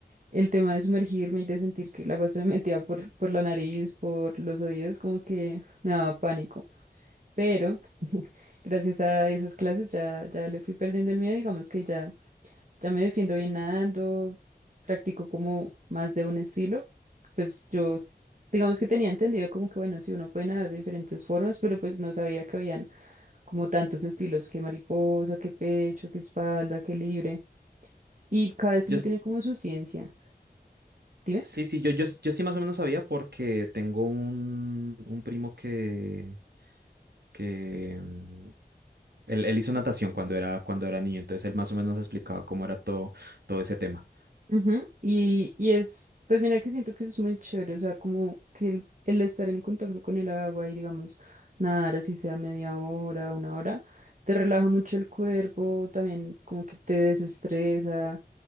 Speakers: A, on the right (about 50°); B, on the right (about 70°).
A: el tema de sumergirme y de sentir que el agua se me metía por, por la nariz, por los oídos, como que me daba pánico. Pero gracias a esas clases ya, ya le fui perdiendo el miedo, digamos que ya, ya me defiendo bien nadando, practico como más de un estilo. Pues yo, digamos que tenía entendido como que bueno, sí, uno puede nadar de diferentes formas, pero pues no sabía que habían como tantos estilos, que mariposa, que pecho, que espalda, que libre. Y cada estilo
B: Yo,
A: tiene como su ciencia. Dime.
B: Sí, sí, yo, yo, yo sí más o menos sabía porque tengo un, un primo que, que mm, él, él hizo natación cuando era, cuando era niño, entonces él más o menos explicaba cómo era todo, todo ese tema.
A: Ujú, Y, y es, pues mira que siento que es muy chévere, o sea, como que el, el estar en contacto con el agua y digamos, nadar así sea media hora, una hora, te relaja mucho el cuerpo, también como que te desestresa,